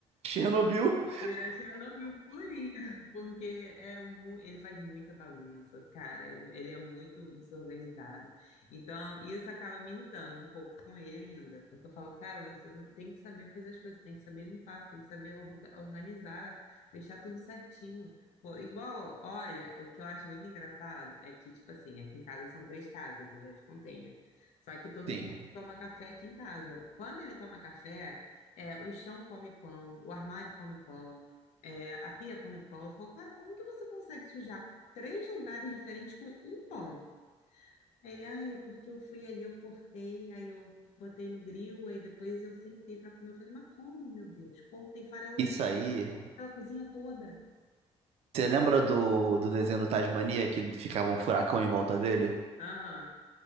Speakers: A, on the right; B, on the left.
A: Chernobyl.
B: Viratina não viu purinha, porque é mu- ele faz muita bagunça, cara. Ele, ele é muito desorganizado. Então, isso acaba me irritando um pouco com ele ainda, porque eu falo, cara, você não tem que saber fazer as coisas, tem que saber limpar, você tem que saber orga- organizar, deixar tudo certinho. Pô, igual, olha, o que eu acho muito engraçado é que, tipo assim, aqui em casa são três casas, eu já te contei, né? Só que todo
A: Sim.
B: mundo toma café aqui em casa. Quando ele toma café. É, o chão come pão, o armário come pão, é, a pia come pão. Eu falo, cara, como que você consegue sujar três lugares diferentes com um pão? Aí ele, ai, é porque eu fui ali, eu cortei, aí eu botei no grill, aí depois eu sentei para comer. Eu falei, mas como, meu Deus? Como tem farelo
A: Isso
B: de pão
A: aí.
B: pela cozinha toda?
A: Você lembra do, do desenho do Tasmania que ficava um furacão em volta dele?
B: Aham.